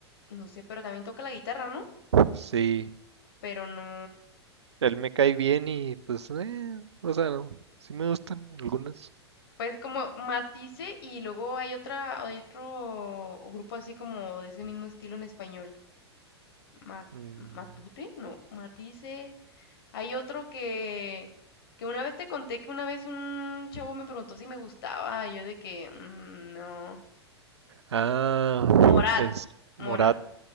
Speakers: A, on the left (about 55°); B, on the right (about 75°).
A: no sé, pero también toca la guitarra, ¿no?
B: sí,
A: Pero no,
B: él me cae bien y pues, eh, o sea, no, sí me gustan algunas.
A: pues como Matice y luego hay otra, hay otro grupo así como de ese mismo estilo en español, Ma-
B: Mm,
A: Matute, no, Matice, hay otro que, que una vez te conté que una vez un chavo me preguntó si me gustaba, y yo de que, "Mm, no.
B: Ah,
A: Morat,
B: es Morat.
A: Morat.